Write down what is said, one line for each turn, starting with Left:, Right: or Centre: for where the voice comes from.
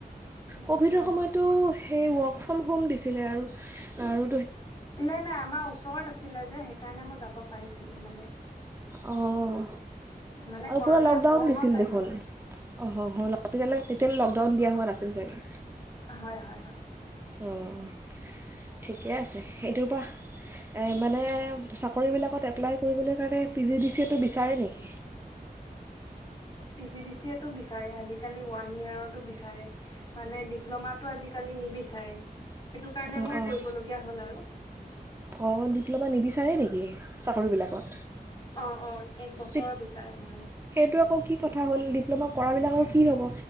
Left: উম,
Right: ক'ভিডৰ
Left: উম।
Right: সময়তো সেই ৱৰ্ক ফ্ৰম হোম দিছিলে আৰু আৰু
Left: নাই নাই আমাৰ ওচৰত আছিলে যে সেইকাৰণে মই যাব পাইছিলো মানে
Right: অহ,
Left: মানে
Right: আৰু
Left: কৰোণা
Right: পুৰা লকডাউন
Left: হওঁ
Right: দিছিল
Left: হওঁ টাইমত
Right: দেখোন।
Left: আৰু
Right: অহ তেতিয়ালৈ লকডাউন দিয়া হোৱা নাছিল। চাগৈ
Left: হয়, হয়, হয়।
Right: অহ, ঠিকে আছে। সেইটোৰ পৰা মানে চাকৰিবিলাকত এপ্লাই কৰিবলৈ কাৰণে। পি, জি, ডি, চিটো বিচাৰে নেকি।
Left: P, G, D, C A টো বিচাৰো বিচাৰে আজিকালি ওৱান ইয়েৰতো বিচাৰে। মানে ডিপ্ল'মাটো আজিকালি নিবিচাৰে। সেইটো কাৰণে
Right: অঁ
Left: মই
Right: অঁ
Left: কৰিবলগীয়া হ'ল আৰু।
Right: অঁ ডিপ্লমা নিবিচাৰে নেকি চাকৰিবিলাকত।
Left: অহ, অহ এক বছৰৰ
Right: তে
Left: বিচাৰে মানে।
Right: সেইটো আকৌ কি কথা হ'ল ডিপ্ল'মা কৰা বিলাক। মোৰ কি হ'ব?